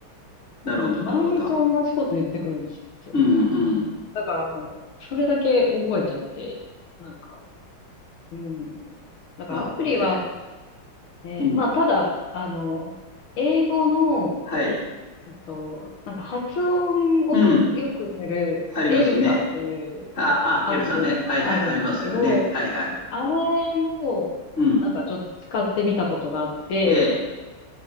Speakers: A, on the left (about 35°); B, on the left (about 80°).
A: なるほど、
B: あの毎日同じこと言ってくるんですよ。
A: なるほど。うん、うん。
B: だからもうそれだけ覚えちゃって、なんか、うん。だからアプリは
A: なるほどね。
B: ね、
A: うん。
B: まあただ、あの、英語の、
A: はい。
B: えっと、なんか発音を良くするエルサっていう
A: うん。ありますね。あ、
B: アプリもあるんですけど、
A: あ、ヘルさんね。はいはい。ありますよね。はいはい。
B: あれも、
A: うん。
B: なんかちょっと使ってみたことがあって、
A: ええ。